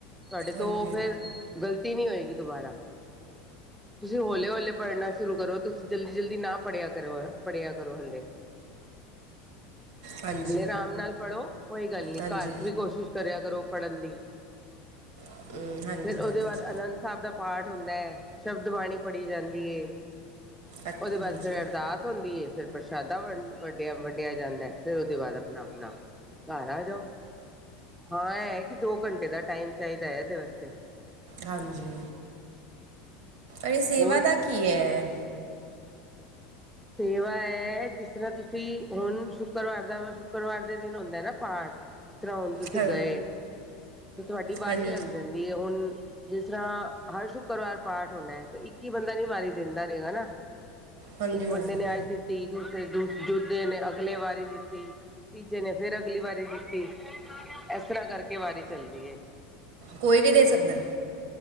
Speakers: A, in the centre; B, on the right.
A: ਤੁਹਾਡੇ ਤੋਂ
B: ਹਾਂਜੀ
A: ਫੇਰ ਗਲ- ਪੀਣੀ ਹੋਏਗੀ ਦੁਬਾਰਾ। ਤੁਸੀਂ ਹੌਲੇ ਹੌਲੇ ਪੜ੍ਹਨਾ ਸ਼ੁਰੂ ਕਰੋ ਤੁਸੀਂ ਜਲਦੀ ਜਲਦੀ ਨਾ ਪੜ੍ਹਿਆ ਕਰੋ ਪੜ੍ਹਿਆ ਕਰੋ ਹਲੇ।
B: ਹਾਂਜੀ
A: ਹਲੇ ਆਰਾਮ ਨਾਲ ਪੜ੍ਹੋ ਕੋਈ ਗੱਲ ਨੀ
B: ਹਾਂਜੀ
A: ਘਰ- ਵੀ ਕੋਸ਼ਿਸ਼ ਕਰਿਆ ਕਰੋ ਪੜ੍ਹਨ ਦੀ, <unintelligible>
B: ਅਮ, ਹਾਂਜੀ
A: ਫਿਰ ਉਹਦੇ
B: ਹਾਂਜੀ
A: ਬਾਅਦ ਆਨੰਦ ਸਾਹਿਬ ਦਾ- ਪਾਠ ਹੁੰਦਾ ਐ ਸ਼ਬਦ ਬਾਣੀ ਪੜ੍ਹੀ ਜਾਂਦੀ ਏ
B: ਅੱਛ-
A: ਉਹਦੇ ਬਾਅਦ
B: ਹਾਂਜੀ
A: ਫਿਰ ਅਰਦਾਸ- ਹੁੰਦੀ ਏ, ਫਿਰ ਪ੍ਰਸ਼ਾਦਾ ਵੰਡ ਵੰਡਿਆ ਵੰਡਿਆ ਜਾਂਦਾ ਐ। ਫ਼ਿਰ ਉਹਦੇ ਬਾਅਦ ਆਪਣਾ ਆਪਣਾ- ਘਰ ਆ ਜਾਓ। ਹਾਂ ਐ ਇਹ ਕਿ ਦੋ ਘੰਟੇ ਦਾ ਟਾਈਮ ਚਾਹੀਦਾ ਐ ਇਹਦੇ ਵਾਸਤੇ।
B: ਹਾਂਜੀ। ਅ ਸੇਵਾ
A: ਹੋਰ
B: ਦਾ ਕੀ ਐ?
A: ਸੇਵਾ ਹੈ ਜਿਸ ਤਰ੍ਹਾਂ ਤੁਸੀਂ ਹੁਣ ਸ਼ੁੱਕਰਵਾਰ ਦਾ ਸ਼ੁੱਕਰਵਾਰ ਦੇ ਦਿਨ ਹੁੰਦਾ ਨਾ ਪਾਠ- ਜਿਸ ਤਰ੍ਹਾਂ ਹੁਣ ਤੁਸੀਂ
B: ਹਾਂ
A: ਗਏ ਤੇ ਤੁਹਾਡੀ ਵਾਰੀ
B: ਹਾਂਜੀ
A: ਲੱਗ ਜਾਂਦੀ ਹੈ। ਹੁਣ- ਜਿਸ ਤਰ੍ਹਾਂ ਹਰ ਸ਼ੁੱਕਰਵਾਰ ਪਾਠ ਹੋਣਾ ਤੇ ਇੱਕ ਹੀ ਬੰਦਾ ਨੀ ਵਾਰੀ ਦਿੰਦਾ ਰਹੇਗਾ ਨਾ।
B: ਹਾਂਜੀ
A: ਇੱਕ ਬੰਦੇ
B: ਹਾਂਜੀ
A: ਨੇ ਅੱਜ ਦਿੱਤੀ ਦੂਸਰੇ ਦੂ ਦੂਜੇ ਨੇ ਅਗਲੇ ਵਾਰੀ ਦਿੱਤੀ। ਤੀਜੇ ਨੇ ਫਿਰ ਅਗਲੀ ਵਾਰੀ ਦਿੱਤੀ। ਇਸ ਤਰ੍ਹਾਂ ਕਰਕੇ ਵਾਰੀ ਚੱਲਦੀ ਏ।
B: ਕੋਈ ਵੀ ਦੇ ਸਕਦਾ?